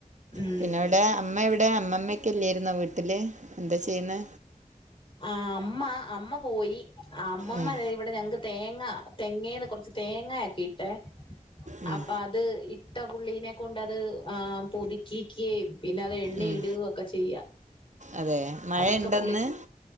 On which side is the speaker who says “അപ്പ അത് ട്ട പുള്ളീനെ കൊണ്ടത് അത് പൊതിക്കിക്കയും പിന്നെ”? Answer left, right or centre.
Left